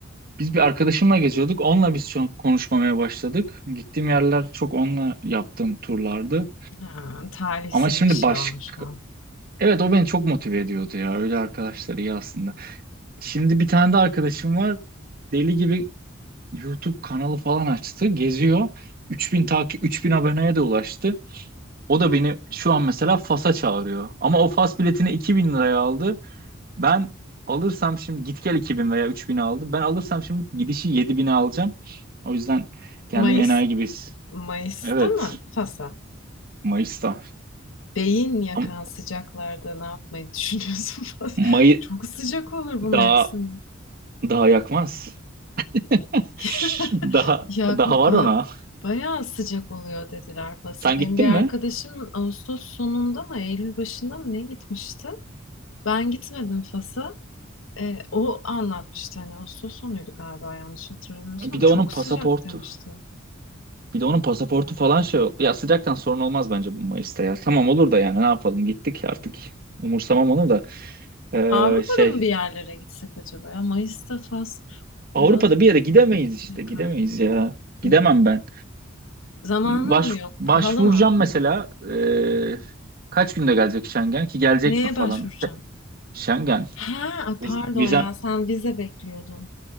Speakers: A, on the right; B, on the left.
A: biz bir arkadaşımla geziyorduk. Onunla biz çok konuşmamaya başladık. Gittiğim yerler çok onunla yaptığım turlardı.
B: Ha, talihsiz
A: Ama şimdi
B: bir şey
A: başka...
B: olmuş o.
A: Evet o beni çok motive ediyordu ya. Öyle arkadaşlar iyi aslında. Şimdi bir tane de arkadaşım var. Deli gibi YouTube kanalı falan açtı. Geziyor. 3000 takip 3000 aboneye de ulaştı. O da beni şu an mesela Fas'a çağırıyor. Ama o Fas biletini 2000 liraya aldı. Ben alırsam şimdi git gel 2000 veya 3000 aldı. Ben alırsam şimdi gidişi 7000'e alacağım. O yüzden kendimi
B: Mayıs,
A: enayi gibi his-
B: Mayıs'ta
A: Evet.
B: mı? Fas'a.
A: Mayıs'ta.
B: Beyin yakan
A: Ama
B: sıcaklarda ne yapmayı düşünüyorsun <laughs> Fas?
A: May
B: Çok sıcak olur bu mevsim.
A: daha daha yakmaz. <laughs>
B: <laughs>
A: Daha
B: Ya
A: daha
B: ba-
A: var ona.
B: bayağı sıcak oluyor dediler Fas'a.
A: Sen
B: Benim
A: gittin
B: bir arkadaşım
A: mi?
B: Ağustos sonunda mı Eylül başında mı ne gitmişti? Ben gitmedim Fas'a. E, o anlatmıştı hani Ağustos sonuydu galiba yanlış hatırlamıyorsam.
A: Bir de
B: Çok
A: onun pasaportu.
B: sıcak demişti.
A: Bir de onun pasaportu falan şey. Ya sıcaktan sorun olmaz bence bu Mayıs'ta ya. Tamam olur da yani ne yapalım gittik artık. Umursamam onu da. Ee,
B: Avrupa'da
A: şey
B: mı bir yerlere gitsek acaba ya? Mayıs'ta Fas
A: Avrupa'da
B: biraz
A: bir yere gidemeyiz
B: beyin
A: işte.
B: yakar.
A: Gidemeyiz
B: ya.
A: ya. Gidemem
B: Ne-
A: ben.
B: Zamanın
A: Baş,
B: mı yok?
A: başvuracağım
B: Pahalı mı?
A: mesela. Ee, kaç günde gelecek Schengen ki gelecek
B: Neye
A: mi falan.
B: başvuracağım?
A: Schengen.
B: Ha, ay
A: Viz-
B: pardon
A: Vizem
B: ya sen vize bekliyordun.